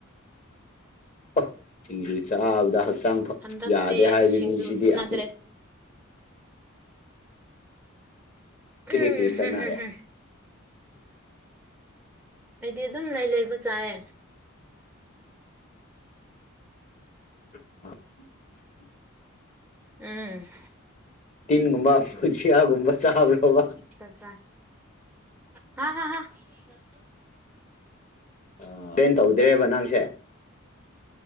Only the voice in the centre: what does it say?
ꯍꯟꯗꯛꯇꯤ
ꯁꯤꯡꯖꯨ
ꯆꯠꯅꯗ꯭ꯔꯦ
ꯎꯝ
<unintelligible> ꯑꯩꯗꯤ ꯑꯗꯨꯝ ꯂꯩ ꯂꯩꯕ ꯆꯥꯏꯌꯦ꯫
ꯎꯝ꯫
ꯇꯆꯥ ꯍꯥ ꯍꯥ ꯍꯥ꯫